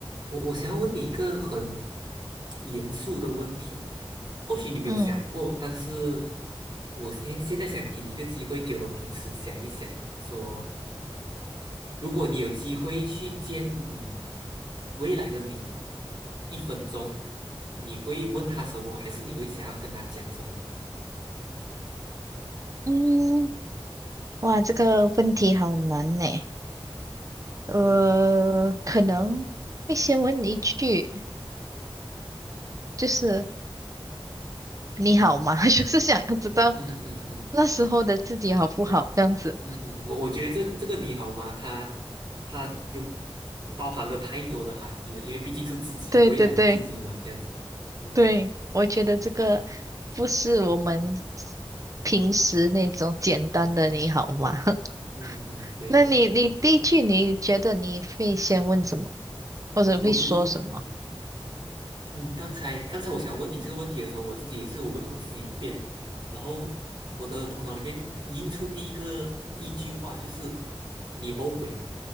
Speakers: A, on the right; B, on the right.
A: 我我想要问你一个很严肃的问题，或许你没有想过，
B: 嗯
A: 但是我现现在想给你一个机会，给我们彼此想一想，说如果你有机会去见你未来的你，一分钟，你会问他什么，还是你会想要跟他讲什么？
B: 嗯，哇，这个问题好难呢。呃，
A: 嗯
B: 可能会先问一句，就是你好吗？<laughs> 就是想要知道
A: 嗯嗯嗯
B: 那时候的自己好不好，这样子。
A: 嗯嗯，我我觉得这个这个你好吗？它它有包含了太多的含义了，因为毕竟是自己未来的自己嘛，
B: 对对对
A: 这样子。嗯。
B: 对，我觉得这个不是我们平时那种简单的你好吗？<laughs>
A: 嗯嗯，对对对，
B: 那你你第一句你觉得你会先问什么，或者会说什么？
A: 我我觉得，嗯，刚才刚才我想问你这个问题的时候，我自己也是有问我自己一遍，然后我的头脑里面映出第一个第一句话就是“你后悔吗？”